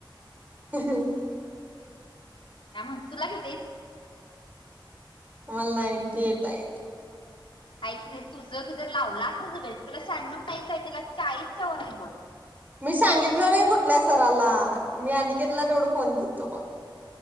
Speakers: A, on the right (about 20°); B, on the left (about 80°).
A: <unintelligible>
B: का म्हण, तूला किती आहेत?
A: मला नाईंटी एट आहेत.
B: नाही तुझं जर लावला त बेस तरला शहाण्णव पैसा आहे तला चाळीसच्या वर हयत बग
A: मी सांगितल नाही कुठल्या सराला मी अनिकेतला तेवढं फोन केलतो बघ